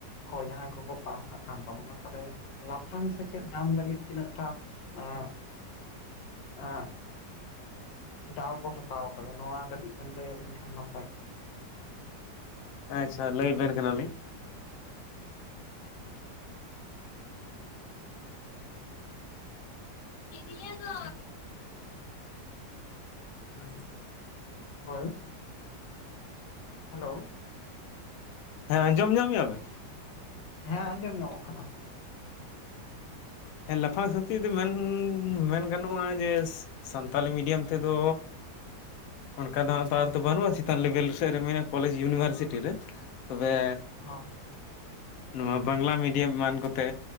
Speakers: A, on the left; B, on the left.
A: ᱠᱚ ᱡᱟᱦᱟᱸᱭ ᱠᱚᱠᱚ ᱯᱟᱲᱦᱟᱜ ᱠᱟᱱ ᱛᱟᱵᱚᱱᱟ, ᱛᱟᱞᱦᱮ ᱞᱟᱯᱷᱟᱝ ᱥᱮᱪᱮᱫ ᱧᱟᱢ ᱞᱟᱹᱜᱤᱫ ᱛᱤᱱᱟᱹᱜ ᱴᱟ ᱮᱸ ᱮᱸ ᱫᱟᱣ ᱠᱚ ᱦᱟᱛᱟᱣ ᱟᱠᱟᱫᱟ, ᱱᱚᱣᱟ ᱠᱟᱹᱴᱤᱡ ᱵᱮᱱ ᱞᱟᱹᱭ ᱟᱹᱞᱤᱧ ᱠᱷᱟᱱ ᱱᱟᱯᱟᱭ ᱠᱚᱜᱼᱟ᱾
B: ᱟᱪᱪᱷᱟ, ᱞᱟᱹᱭᱵᱮᱱ ᱠᱟᱱᱟ ᱞᱤᱧ᱾ ᱪᱮᱫ ᱲᱤᱭᱟᱹ ᱫᱚ <inaudible>
A: ᱦᱳᱭ, ᱦᱮᱞᱳ!
B: ᱦᱮᱸ ᱟᱸᱡᱚᱢ ᱧᱟᱢᱮᱜᱼᱟ ᱵᱮᱱ?
A: ᱦᱮᱸ ᱟᱸᱡᱚᱢ ᱧᱟᱢᱚᱜ ᱠᱟᱱᱟ᱾
B: ᱦᱮᱸ ᱞᱟᱯᱷᱟᱝ ᱥᱮᱪᱮᱫ ᱫᱚ ᱢᱮᱱ ᱢᱮᱱ ᱜᱟᱱᱚᱜᱼᱟ ᱡᱮ ᱥᱟᱱᱛᱟᱞᱤ ᱢᱤᱰᱤᱭᱟᱢ ᱛᱮᱫᱚ ᱚᱱᱠᱟ ᱫᱚ ᱦᱟᱸᱜ ᱛᱚ ᱟᱨ ᱛᱚ ᱵᱟᱹᱱᱩᱜᱼᱟ ᱪᱮᱛᱟᱱ ᱞᱮᱵᱮᱞ ᱥᱮᱫ ᱨᱮ ᱢᱮ ᱠᱚᱞᱮᱡᱽ ᱤᱭᱩᱱᱤᱵᱷᱟᱨᱥᱤᱴᱤ ᱨᱮ, ᱛᱚᱵᱮ
A: ᱦᱚᱸ᱾
B: ᱱᱚᱣᱟ ᱵᱟᱝᱞᱟ ᱢᱤᱰᱤᱭᱟᱢ ᱮᱢᱟᱱ ᱠᱚᱛᱮ